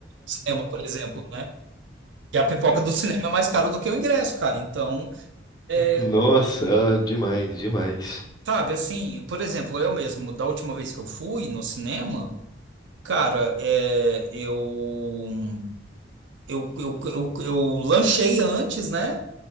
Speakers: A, on the right; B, on the left.
A: cinema, por exemplo, né? E a pipoca do cinema é mais cara do que o ingresso, cara. Então, é,
B: Nossa, demais, demais.
A: sabe, assim, por exemplo, eu mesmo, da última vez que eu fui no cinema, cara, é, eu Eu, eu, eu, eu lanchei antes, né?